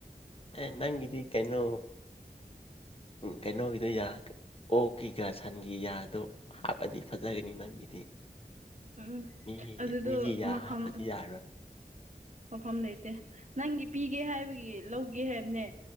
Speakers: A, on the left (about 35°); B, on the right (about 50°).
A: ꯑꯦ ꯅꯪꯒꯤꯗꯤ ꯀꯩꯅꯣ ꯎ ꯀꯩꯅꯣꯒꯤꯗꯣꯏ ꯑꯣ ꯀꯦꯒꯥ ꯁꯟꯒꯤ ꯌꯥꯗꯣ ꯍꯥꯞꯄꯗꯤ ꯐꯖꯒꯅꯤ ꯅꯪꯒꯤꯗꯤ
B: ꯎꯝ
A: ꯃꯤꯒꯤ
B: ꯑꯗꯨꯗꯣ
A: ꯃꯤꯒꯤ ꯌꯥ
B: ꯃꯐꯝ
A: ꯍꯥꯞꯄꯗꯤ ꯌꯥꯔꯣꯏ
B: ꯃꯐꯝ ꯂꯩꯇꯦ ꯅꯪꯒꯤ ꯄꯤꯒꯦ ꯍꯥꯏꯕꯒꯤ ꯂꯧꯒꯦ ꯍꯥꯏꯕꯅꯦ